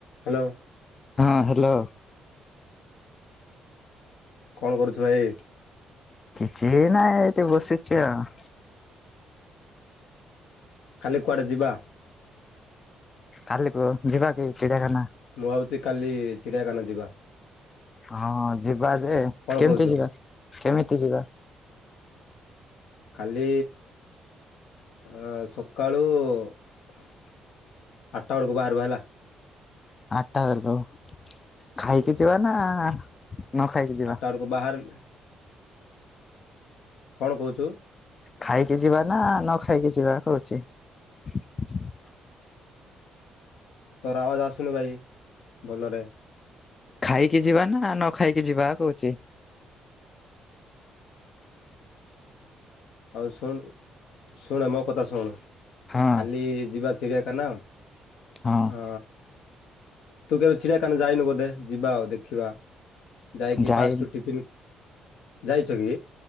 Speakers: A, on the left (about 85°); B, on the left (about 35°).
A: Hello.
B: ହଁ hello.
A: କଣ କରୁଛୁ ଭାଇ।
B: କିଛି ନାଇଁ ଏଠି ବସିଛି ଆଉ।
A: କାଲି କୁଆଡ଼େ ଯିବା।
B: କାଲିକୁୁ ଯିବା କି ଚିଡିଆଖାନା।
A: ମୁଁ ଆଉଛି କାଲି ଚିଡ଼ିଆଖାନା ଯିବା।
B: ହଁ ଯ ଯିବା ଯେ
A: କଣ
B: କେମିତି
A: କହୁଛୁ
B: ଯିବା। କେମିତି ଯିବା?
A: କାଲି ଆ ସକାଳୁ ଆଠଟା ବେଳକୁ ବାହାରିବା ହେଲା।
B: ଆଟା ବେଲେ ତ ଖାଇକି ଯିବା ନା। ନ ଖାଇକି ଯିବା
A: ଆଟା ବେଳ କୁ ବାହାରିଲେ କଣ କହୁଛୁ।
B: ଖାଇକି ଯିବା ନା ନ ଖାଇକି ଯିବା କହୁଛି।
A: ତୋର ଆବାଜ ଆସୁନି ଭାଇ। ଭଲରେ
B: ଖାଇକି ଯିବା ନା ନ ଖାଇକି ଯିବା। କଉଛି।
A: ଆଉ ଶୁଣ ଶୁଣେ ମୋ କଥା ଶୁଣ।
B: ହଁ
A: ଖାଲି ଯିବା ଚିଡିଆ ତାନାମ
B: ହଁ
A: ଆ ତୁ କେବେ ଚିଡ଼ିଆକାନ ଯାଇନୁ ବୋଧେ। ଯିବା ଆଉ ଦେଖିବା ଯାଇକି
B: ଯାଇ
A: ପାଷ୍ଟୁ ଟିଫିନ୍ ଯାଇଛ କି?